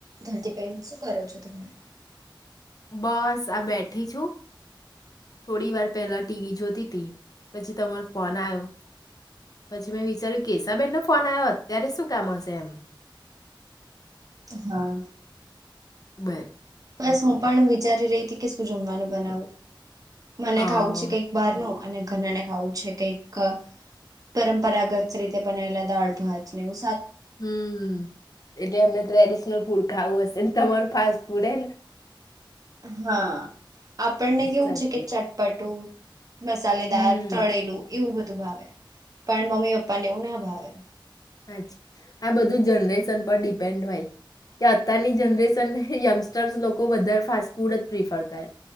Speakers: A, on the right (about 45°); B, on the left (about 45°).
A: ધરતીપન શું કરો છો તમે
B: બસ આ બેઠી છું થોડી વાર પહેલા ટીવી જોતી હતીી પછી તમારો ફોન આવ્યો પછી મેં વિચાર્યું કેશાબેન નો ફોન આવ્યો અત્યારે શું કામ હશે એમ
A: હા
B: બર એટલે
A: બસ હું પણ વિચારી રહી હતી કે શું જમવાનું બનાવું. મને
B: હા
A: ખાવું છે કંઈક બાર નું અને ઘના ને ખાવું છે કંઈક પરંપરાગત રીતે બનાયલા દાળ ભાત ને એવુ
B: હમ એટલે એમને ટ્રેડિશનલ ફૂડ ખાવું હશે ને. તમારું ફાસ્ટ ફૂડ એ
A: હા. આપણને કેવું
B: સાચી
A: છે કે
B: વાત
A: ચટપટું મસાલેદાર
B: હમ
A: તળેલું એવું બધું ભાવે પણ મમ્મી પપ્પાને એવું ના ભાવે.
B: હાચે આ બધું જનરેશન પર ડિપેન્ડ હોય કે અત્યારની જનરેશનને યંગસ્ટર્સ લોકો વધારે ફાસ્ટ ફૂડ જ પ્રિફર કરે